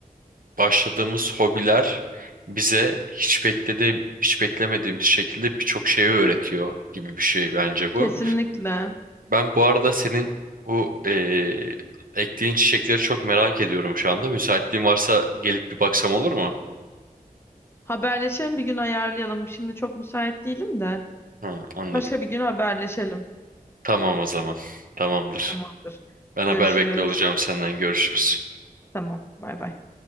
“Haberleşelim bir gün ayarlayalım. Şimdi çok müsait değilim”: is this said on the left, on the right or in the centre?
Left